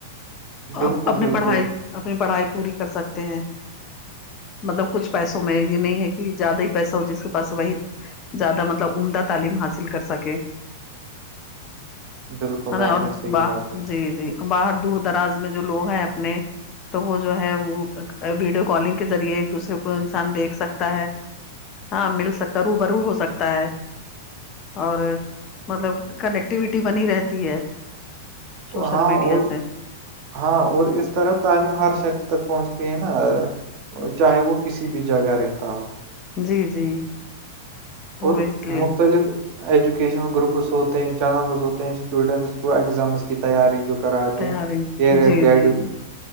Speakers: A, on the right (about 40°); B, on the left (about 30°).
A: بالکل
B: اب اپنی
A: بالکل
B: پڑھائی اپنی پڑھائی پوری کر سکتے ہیں مطلب کچھ پیسوں میں یہ نہیں ہے کہ زیادہ ہی پیسہ ہو جس کے پاس وہی زیادہ مطلب عمدہ تعلیم حاصل کر سکے <unintelligible>
A: بالکل آپ
B: اور
A: نے صحیح
B: باہر
A: بات بتائی
B: جی جی باہر دور دراز میں جو لوگ ہیں اپنے تو وہ جو ہے وہ ویڈیو کالنگ کے ذریعے ایک دوسرے کو انسان دیکھ سکتا ہے ہاں مل سکتا ہے رو برو ہو سکتا ہے اور مطلب کنیکٹیوٹی بنی رہتی ہے سوشل
A: ہاں
B: میڈیا
A: اور
B: سے
A: ہاں اور اس طرح تعلیم ہر شخص تک پہنچتی ہے نا چاہے وہ کسی بھی جگہ رہتا ہو
B: جی جی وہ
A: اور
B: اس لیے
A: مختلف ایجوکیشنل گروپس ہوتے ہیں چینلز ہوتے ہیں اسٹوڈنٹس کو اگزامز کی تیاری جو کراتے
B: تیاری
A: ہیں کیریئر
B: جی
A: گائڈ
B: جی